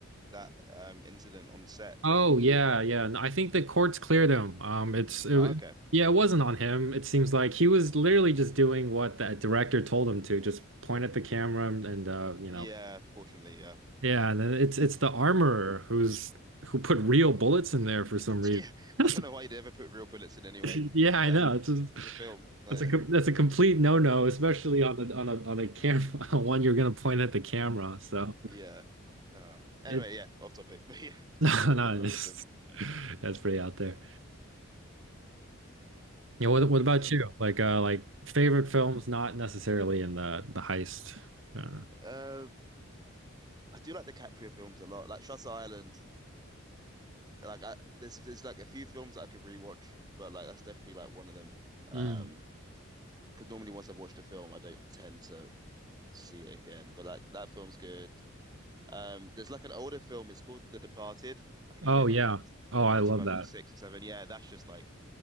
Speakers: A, on the right; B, on the right.
A: that um incident on set when
B: oh
A: he
B: yeah, yeah. No, I think the courts cleared him. Um, it's it,
A: oh,
B: wa-
A: okay.
B: yeah, it wasn't on him. It seems like he was literally just doing what that director told him to, just point at the camera and, and uh, you
A: Yeah,
B: know,
A: fortunately, yeah. <laughs>
B: yeah. And then it's it's the armorer who's who put real bullets in there for some reason.
A: Yeah.
B: <laughs>
A: I don't know why you'd ever put real bullets in anyway.
B: <laughs> Yeah, I
A: Like
B: know. It's just,
A: it's a film. Like
B: that's a com-
A: <laughs>
B: that's a complete no-no, especially on the on a on a camera <laughs> one you're gonna point at the camera. So
A: yeah. Uh anyway,
B: it
A: yeah, off topic. <laughs> But yeah,
B: <laughs> no,
A: I was wondering
B: no,
A: what happened
B: it's,
A: to him.
B: that's pretty out there. Yeah, what what about
A: And then
B: you? Like uh like favorite films, not necessarily in the the heist genre.
A: uh I do like the DiCaprio films a lot. Like Shutter Island. Like I there's there's like a few films that I could rewatch, but like that's definitely like one of them. Um
B: Mm.
A: because normally once I've watched a film, I don't tend to see it again. But like that film's good. Um, there's like an older film. It's called The Departed. I think it
B: Oh
A: came
B: yeah.
A: out like
B: Oh,
A: around
B: I love
A: 2006
B: that.
A: or seven. Yeah, that's just like